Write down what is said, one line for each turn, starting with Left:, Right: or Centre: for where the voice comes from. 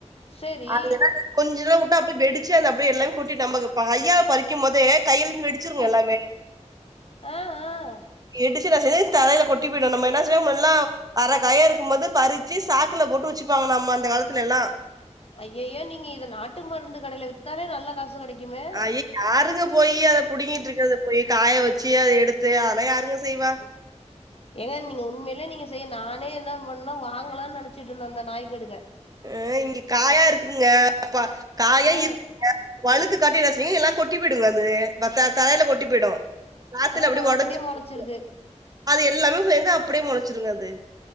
Left: சேரி
Right: அது என்னாது கொஞ்சலா வுட்டா அப்டியே வெடிச்சு அது அப்டியே எல்லாமே கொட்டிட்டு நமக்கு இப்ப ஐயாவ பறிக்கும் போது கைல்ல இருந்து வெடி ச்சிருங்க
Left: ஆ
Right: எல்லாமே
Left: ஆ ஆ
Right: வெடிச்சு என்னா செய்யு தரைய்ல கொட்டி போய்டு நம்ம என்ன செய்யுல்லா அர காயா இருக்கும் போது பறிச்சு சாக்குல்ல போட்டு வச்சுப்பாங்க நம்ம அந்த காலத்துல எல்லா
Left: ஐய்யயோ நீங்க இத நாட்டு மருந்து கடைல வித்தாலே நல்லா காசு கிடைக்குமே
Right: ஐய! யாருங்க போய் அத புடுங்கிட்டு இருக்குறது போய் காய வச்சு அத எடுத்து அதல்லா யாருங்க செய்வா
Left: ஏங்க நீங்க உண்மையிலே நீங்க செய்ய நானே என்ன பண்ணா வாங்கலாம்னு நெனச்சிட்டு இருந்த அந்த நாய்க்கடுகுக
Right: அ இங்க காயா இருக்குங்க ப்பா காயா
Left: ஆ
Right: இருக்குங்க வழுக்கு காட்டி என்ன செய்யுங்க எல்லா கொட்டி போய்டுங்க அது வ த்த தரையில கொட்டி விடும் காத்துள்ள
Left: ஆ
Right: அப்டி ஒடஞ்சு
Left: அப்டியே மொளச்சிருது
Right: <unintelligible> அது எல்லாமே சேந்து அப்டியே முளச்சுருங்க அது